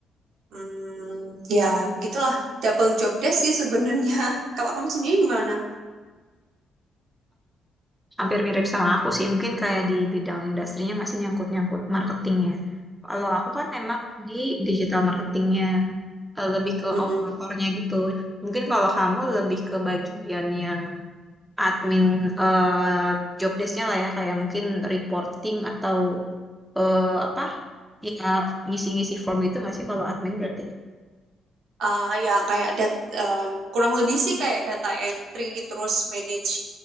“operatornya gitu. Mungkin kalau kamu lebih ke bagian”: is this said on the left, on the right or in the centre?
Centre